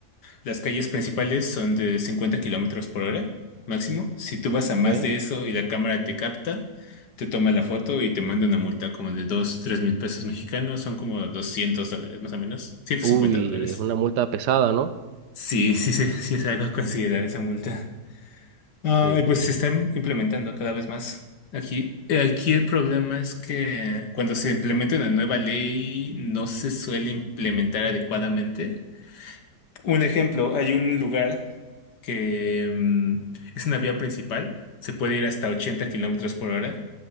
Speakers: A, on the left; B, on the right.
A: las calles principales son de 50 kilómetros por hora máximo. Si tú vas a más
B: Ok.
A: de eso y la cámara te capta, te toma la foto y te manda una multa como de 2, tres mil pesos mexicanos. Son como 200 dólares más o menos. ciento
B: Uy,
A: cincuenta dólares.
B: es una multa pesada, ¿no?
A: Sí, sí, sí, sí es algo a considerar esa multa. Ah,
B: Sí,
A: y
B: te
A: pues
B: entiendo.
A: se está im- implementando cada vez más. Aquí, eh, aquí el problema es que cuando se implementa una nueva ley no se suele implementar adecuadamente. Un ejemplo, hay un lugar que mm, es una vía principal, se puede ir hasta 80 kilómetros por hora,